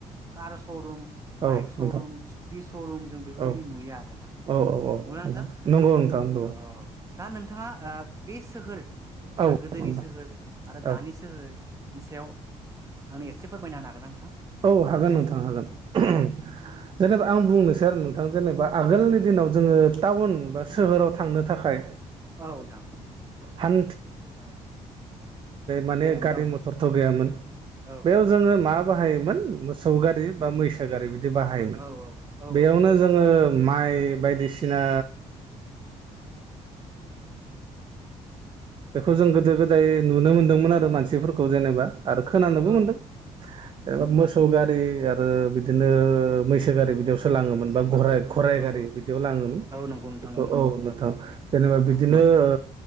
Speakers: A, on the right (about 25°); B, on the right (about 40°).
A: कार शरुम,
B: औ
A: बाइक शरुम,
B: नोंथां
A: स्कुटि शरुम जों बेफोरबायदि
B: औ
A: नुयो आरो नोंथां।
B: औ औ औ
A: नंगौना नोंथां
B: नंगौ नोंथां नंगौ।
A: औ औ औ दा नोंथाङा बे सोहोर
B: औ
A: जा गोदोनि
B: नोंथां
A: सोहोर आरो
B: औ
A: दानि सोहोर। बिनि सायाव आंनो एसे फोरमायना होनो हागोना नोंथां?
B: औ हागोन नोंथां हागोन ।
A: औ नोंथां
B: जेनेबा आं बुंनोसै आरो नोंथां जेनेबा आगोलनि दिनाव जोङो टाउन बा सोहोराव थांनो थाखाय
A: औ नोंथां
B: हान माने
A: गैयामोन
B: गारि-मटरथ'
A: औ
B: गैयामोन
A: औ
B: बेयाव जोङो मा बाहायो मोन मोसौ गारि बा मैसो गारि बिदि बाहायोमोन।
A: औ औ
B: बेयाव माइ बायदिसिना बेखौ जों गोदो-गोदाय नुनो मोनदोंमोन आरो मानसिफोरखौ जेनेबा आरो खोनानोबो
A: औ
B: मोनदों ओ मोसौ गारि आ रो बिदिनो मैसो गारि बिदियावसो लाङोमोन बा ग-घराइ
A: औ
B: गारि बिदियाव लाङोमोन।
A: औ नंगौ नोंथां
B: बेखौ
A: नंगौ
B: औ नोंथां जेनेबा बिदिनो
A: औ
B: ओ